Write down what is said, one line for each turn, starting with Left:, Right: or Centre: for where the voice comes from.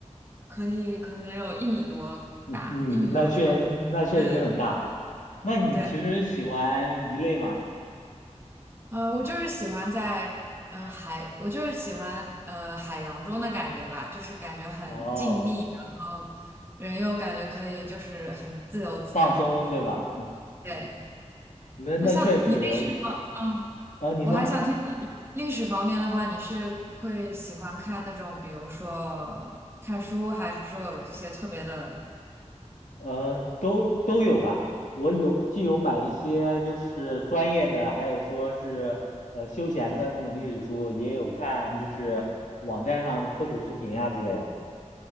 Right: 可以可能有一米多大，
Left: 你你那确那确实很大。
Right: 一米多长。对对对。
Left: 那你其实喜欢鱼类吗？
Right: 对，呃，我就是喜欢在嗯、呃海，我就是喜欢呃海洋中的感觉吧，就是感觉很静谧，
Left: 哦，
Right: 然后人又感觉可以就是很自由自在。
Left: 放松，对吧？
Right: 对，
Left: 那那确实，
Right: 那像你那个，嗯，
Left: 啊，你说。
Right: 我还想听听你历史方面的话，你是会喜欢看那种，比如说看书，还是说有一些特别的，
Left: 呃，都都有吧。我有既有买一些就是专业的，还有说是呃休闲的那种历史书，也有看就是网站上的科普视频啊之类的。